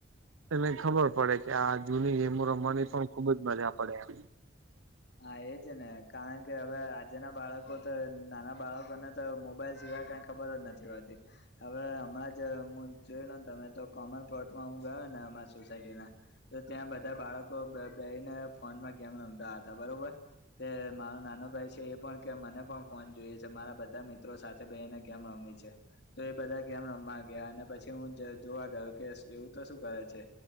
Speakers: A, on the right; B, on the left.
A: એને ખબર પડે કે આ જૂની ગેમો રમવાની પણ ખુબ જ મજા પડેએમ.
B: હા એજ ને કારણ કે હવે આજે ના બાળકો તો નાના બાળકોને તો મોબાઈલ સિવાય કાંઈ ખબર જ નથી હોતી. હવે હમણાં જ હું જોયુ ને તમે તો કોમન પ્લોટમાં હું ગયો ને અમારી સોસાયટી ના તો ત્યાં બધા બાળકો બધાના ફોનમાં ગેમ રમતા હતા બરોબર. તો મારો નાનું ભાઈ છે એ પણ કે મને પણ ફોન જોઈએ છે મારા બધા મિત્રો સાથે તે બેસીને ગેમ રમવી છે. તો એ બધા ગેમ રમવા ગયા અને પછી હું જોવા ગયો કે એવું તો શું કરે છે?